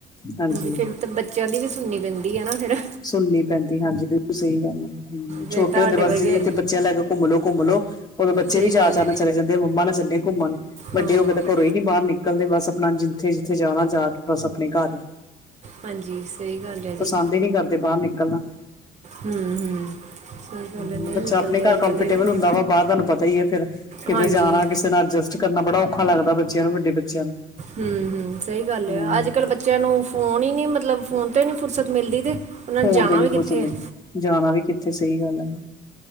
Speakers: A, on the left; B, on the right.
A: ਹਾਂਜੀ।
B: ਫਿਰ ਤਾਂ ਬੱਚਿਆਂ ਦੀ ਵੀ ਸੁਣਨੀ ਪੈਂਦੀ ਹੈ ਨਾ ਫੇਰ।
A: ਸੁਣਨੀ ਪੈਂਦੀ ਹਾਂਜੀ, ਬਿਲਕੁਲ ਸਹੀ ਗੱਲ ਹੂੰ
B: ਫਿਰ
A: ਛੋਟੇ
B: ਤੁਹਾਡੇ
A: ਹੁੰਦੇ ਬਸ
B: ਵਰਗੇ
A: ਜ ਜਥੇ ਚਲਾ ਗਿਆ ਘੁਮ ਲੋ ਘੁਮ ਲੋ। ਉਦੋਂ ਬੱਚੇ
B: ਸਹੀ
A: ਵੀ ਚਾਹ-ਚਾਹ
B: ਗੱਲ ਹੈ
A: ਨਾਲ ਚਲੇ ਜਾਂਦੇ ਮੰਮਾ ਨਾਲ ਚੱਲਦੇ ਘੁੰਮਣ ਵੱਡੇ
B: ਹਾਂ
A: ਹੋ ਕੇ ਤਾਂ ਘਰੋਂ ਹੀ ਬਾਹਰ ਨਿਕਲਦੇ ਬਸ ਆਪਣਾ ਜਿੱਥੇ-ਜਿੱਥੇ ਜਾਣਾ ਜਾ ਬਸ ਆਪਣੇ ਘਰ ਹੀ
B: ਹਾਂਜੀ ਸਹੀ ਗੱਲ ਹੈ ਜੀ
A: ਪਸੰਦ ਹੀ ਨਹੀਂ ਕਰਦੇ ਬਾਹਰ ਨਿਕਲਣਾ।
B: ਹੂੰ-ਹੂੰ। ਸਹੀ ਗੱਲ
A: ਹੂੰ
B: ਹੈ ਨਹੀਂ
A: ਬੱਚਾ
B: ਨਿਕਲਦੇ
A: ਆਪਣੇ ਘਰ
B: ਅੱਜ
A: ਕੰਫਰਟੇਬਲ
B: ਕੱਲ੍ਹ
A: ਹੁੰਦਾ ਵਾ ਬਾਹਰ ਤੁਹਾਨੂੰ ਪਤਾ ਹੀ ਆ ਫੇਰ ਕਿਤੇ
B: ਹਾਂਜੀ
A: ਜਾਣਾ ਕਿਸੇ ਨਾਲ ਐਡਜਸਟ ਕਰਨਾ ਬੜਾ ਔਖਾ ਲੱਗਦਾ ਬੱਚਿਆਂ ਨੂੰ ਵੱਡੇ ਬੱਚਿਆਂ ਨੂੰ।
B: ਹੂੰ- ਹੂੰ ਸਹੀ ਗੱਲ ਆ
A: ਹਮ
B: ਅੱਜ- ਕੱਲ ਬੱਚੇ ਬੱਚਿਆਂ ਨੂੰ ਫੋਨ ਹੀ ਨੀ ਮਤਲਬ ਫੋਨ ਤੋਂ ਹੀ ਨੀ ਫੁਰਸਤ ਮਿਲਦੀ ਤੇ। ਉਹਨਾਂ
A: ਫੋਨ
B: ਨੇ ਜਾਣਾ
A: ਤੇ ਨੀ
B: ਵੀ
A: ਹੋ
B: ਕਿੱਥੇ
A: ਫੁਰਸਤ ਮਿਲਦੀ
B: ਹੈ
A: ਜਾਣਾ ਵੀ ਕਿੱਥੇ ਸਹੀ ਗੱਲ ਹੈ।